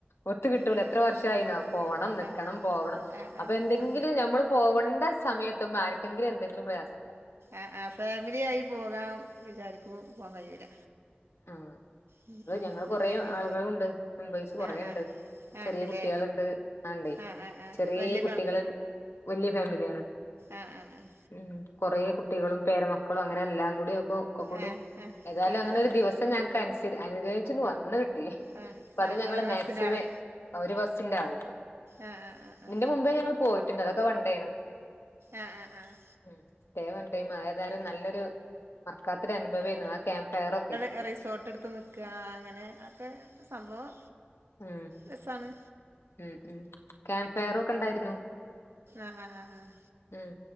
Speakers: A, on the left; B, on the right.
A: ഒത്ത് കിട്ടൂല
B: ഉം.
A: എത്ര വർഷായിന്നോ
B: ആ
A: പോവണം നിക്കണം
B: ആ
A: പോവണം
B: ആ
A: അപ്പൊ
B: ആ
A: എന്തെങ്കിലും
B: ആ
A: ഞമ്മള് പോവണ്ട സമയെത്തുമ്മെ ആര്ക്കെങ്കിലും എന്തെങ്കിലും പ്രയാസം ഉണ്ടാവും
B: ആഹ് ആഹ് ഫാമിലി ആയി പോകാൻ വിചാരിക്കുമ്പൊ പോവാൻ കഴിയൂല
A: ആഹ്
B: ഉം,
A: ഇവടെ
B: ഉം.
A: ഞങ്ങള് കൊറേ
B: എന്തെങ്കിൽ
A: ആളുകളുണ്ട് മെമ്പേഴ്സ് കൊറേ
B: ആ
A: ഇണ്ട്
B: ആ ആ
A: ചെറ്യെ
B: ഉണ്ടല്ലേ
A: കുട്ടികളുണ്ട് ആഹ് ഇണ്ടെയ്
B: ആ ആ ആ
A: ചെറ്യേ
B: വലിയ
A: കുട്ടികള് വല്ല്യെ ഫാമിലി ആണ്
B: ആഹ് ആഹ് ആഹ്
A: ഉം കൊറേ കുട്ടികളും പേരമക്കളും അങ്ങനെ എല്ലാം കൂടി ഒ ഒക്കെ കൂടിം
B: ആ ആ
A: ഏതായാലും അങ്ങനെ ഒരു
B: ആ
A: ദിവസ ക്ഷെ ഞങ്ങക്ക് അനുസിഡ് അനുഗഹിച്ചിട്ട്ണ്ട് വന്ന്കിട്ടി
B: ആ
A: അപ്പ അത്
B: ആ
A: ഞങ്ങള്
B: ആ ഒരു ബസ്സിൻ്റെ
A: മാക്സിമം
B: ആള്
A: ആഹ് ഒര് ബസിന്റെ ആള്ണ്ട്
B: ആ ആ ആ ആ
A: ഇതിന്റെ മുമ്പേ ഞങ്ങൾ പോയിട്ട്ണ്ട് അതൊക്കെ വൺണ്ടേ ആണ്
B: ആഹ് ആഹ് ആഹ്
A: ഉം <unintelligible> ടൈം അത്‌ ഏതായാലും നല്ലൊരു മറക്കാത്തൊരു അനുഭവേര്ന്നു ആ ക്യാമ്പ് ഫയറൊക്കെ
B: നെ റിസോർ ട്ട് ഇട്ത്ത് നിക്കാ അങ്ങനെ അതൊക്കെ സംഭവം
A: ഉം
B: രെസാണ്
A: ഉം ഉം ക്യാമ്പ് ഫയറു ഒക്കെ ഇണ്ടായിരുന്നു
B: ആഹ് ആഹ് ആഹ് ആഹ്
A: ഉം